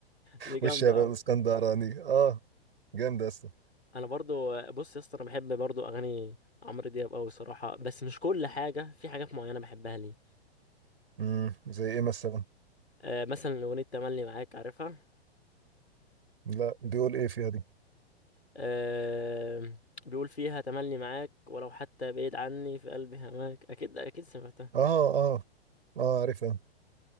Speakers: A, on the left (about 85°); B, on the right (about 65°).
A: دي جامدة
B: والشباب
A: أوي
B: الاسكندراني اه جامدة يا اسطى
A: انا برضو آه، بص يا اسطى انا بحب برضو اغاني عمرو دياب أوي صراحة بس مش كل حاجة في حاجات معينة بحبها ليه
B: امم زي ايه مثلا
A: آه، مثلا اغنية تملي معاك عارفها
B: لا بيقول ايه فيها دي
A: آه، بيقول فيها تملي معاك ولو حتى بعيد عني في قلبي هماك اكيد اكيد سمعتها
B: اه اه اه عارفها